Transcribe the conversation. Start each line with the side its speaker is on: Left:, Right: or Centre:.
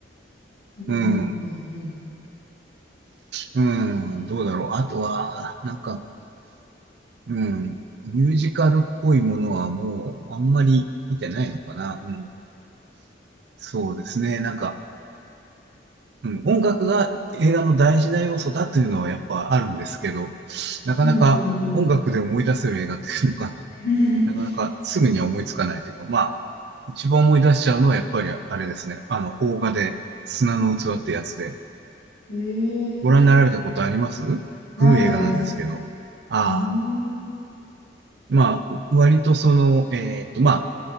Left: うんうん
Right: うん、うん、どうだろう。あとは、なんか、うん、ミュージカルっぽいものはもう、あんまり見てないのかな。うん、そうですね。なんか、うん、音楽が映画の大事な要素だというのはやっぱあるんですけど、なかなか音楽で思い出せる映画っていうのが
Left: うんうん。うんうんうん。<laughs>
Right: なかなかすぐには思いつかないというか、まあ、一番思い出しちゃうのはやっぱりあれですね。あの、邦画で砂の器ってやつで。
Left: へえ、
Right: ご覧になられたことあります
Left: ないです。
Right: 古い映画なんですけど。ああ。
Left: うーん。
Right: まあ、割とその、えっと、まあ、